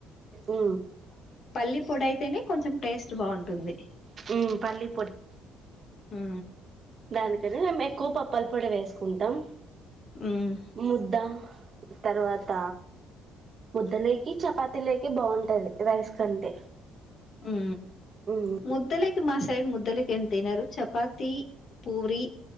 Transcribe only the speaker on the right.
ఊ
ఉమ్ పల్లీ
దానికనే మేం ఎక్కువ పప్పల పొడి వేసుకుంటాం
ముద్ద తర్వాత ముద్ద లేకి చపాతీ లేకి బాగుంటది. రైస్ కంటే
ఉమ్